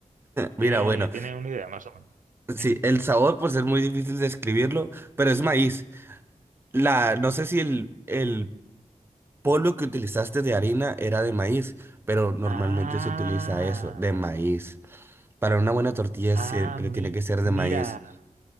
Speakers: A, on the right; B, on the right.
A: ¿Tiene,
B: Mira, bueno.
A: tiene una idea, más o menos?
B: Sí,
A: Ujú.
B: el sabor, pues es muy difícil describirlo, pero es maíz. La, no sé si el, el polvo que utilizaste de harina era de maíz, pero normalmente
A: Ah.
B: se utiliza eso, de maíz. Para una buena tortilla
A: Ah,
B: siempre
A: mi,
B: tiene que ser
A: mira,
B: de maíz.